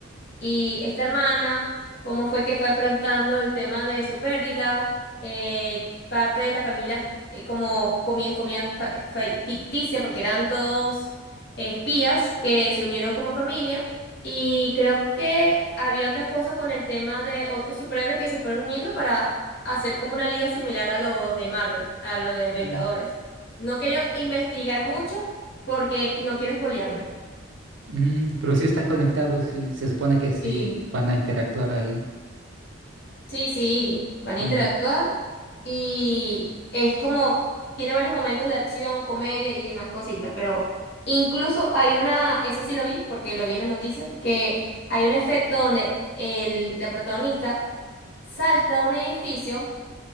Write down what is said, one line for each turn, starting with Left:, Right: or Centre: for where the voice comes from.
Left: Y esta hermana, cómo fue que fue afrontando el tema de su pérdida, eh, parte de la familia, eh, como comía, comía fa- fa- ficticia, porque eran todos eh, espías que se unieron como familia. Y creo que había otras cosas con el tema de otros superhéroes que se fueron uniendo para hacer como una liga similar a los de Marvel, a los de Vengadores.
Right: Mm.
Left: No quería investigar mucho porque no quiero espolearme.
Right: Mm, pero sí están conectados, sí, se supone que
Left: Sí.
Right: sí van a interactuar ahí
Left: Sí, sí, van a
Right: con
Left: interactuar
Right: los
Left: y es como, tiene varios momentos de acción, comedia y demás cositas, pero incluso hay una, eso sí lo vi porque lo vi en las noticias, que hay un efecto donde el, la protagonista salta de un edificio